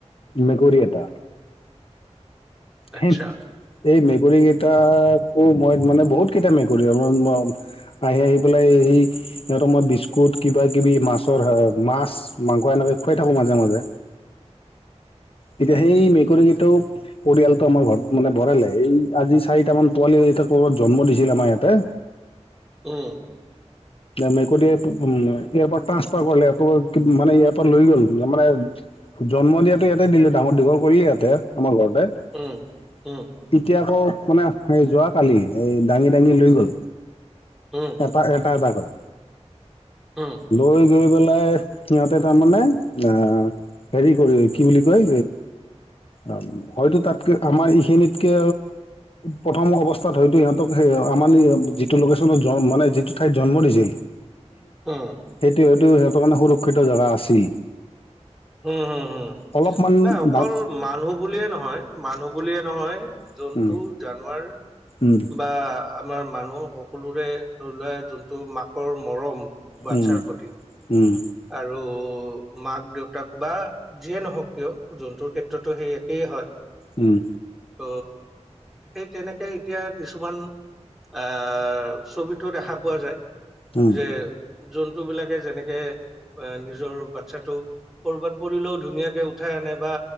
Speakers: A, on the left; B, in the centre.
A: মেকুৰী এটা
B: আচ্ছা
A: হ এই মেকুৰী কেইটাকো মই মানে বহুত কেইটা মেকুৰী উলিয়াব নোৱাৰোঁ আহি আহি পেলাই সেই সিহঁতৰ মই বিস্কুট কিবা কিবি মাছৰ মাছ মাংস এনেকে খুৱাই থাকো মাজে মাজে
B: <inaudible>
A: এতিয়া সেই মেকুৰীকেইটো পৰিয়ালটো আমাৰ ঘৰত মানে ভৰালে এই আজি চাৰিটামান পোৱালি ইয়া ক'বাত জন্ম দিছিল আমাৰ ইয়াতে
B: উম
A: মেকুৰীটোয়ে এয়াৰপৰ্ট ট্ৰানসফাৰ কৰিলে আকৌ মানে এয়াৰপৰা লৈ গ'ল মানে জন্ম দিয়াতো ইয়াতে দিলে ডাঙৰ দীঘল কৰিয়ে ইয়াতে আমাৰ ঘৰত
B: উম উম
A: এতিয়া আকৌ মানে সেই যোৱা কালি এই দাঙি দাঙি লৈ গল
B: উম
A: এটা এটা এটা কৈ
B: উম
A: লৈ গৈ পেলাই সিহঁতে তাৰ মানে আহ হেৰি কৰি কি বুলি কয় অ হয়তো তাতকে আমাৰ এইখিনিতকে প্ৰথম অৱস্থাত হয়তো সিহঁতক সেই আমাৰ যিটো লোকেশ্যনত মানে যিটো ঠাইত জন্ম দিছিল
B: উম
A: সেইটো সিহঁতৰ কাৰণে সুৰক্ষিত জেগা আছিল
B: হম হম উ
A: অলপমান
B: নাই অকল
A: ডা
B: মানুহ বুলিয়ে নহয় মানুহ বুলিয়ে নহয় জন্তু
A: উম
B: জানৱাৰ
A: উম
B: বা আমাৰ মানুহ সকলোৰে ধৰি লোৱা যোনটো মাকৰ মৰম বাচ্ছাৰ
A: উম
B: প্ৰতি
A: উম উম
B: আৰু মাক দেউতাক বা যিয়ে নহওক কিয় জন্তুৰ ক্ষেত্ৰতো সেই একেই হয়
A: উম
B: ত সেই তেনেকে এতিয়া কিছুমান আহ ছবিটো দেখা পোৱা যায়
A: উম
B: যে জন্তুবিলাকে যেনেকে এ নিজৰ বাচ্ছটোক কৰ'বাত পৰিলেও ধুনীয়াকে উঠাই আনে বা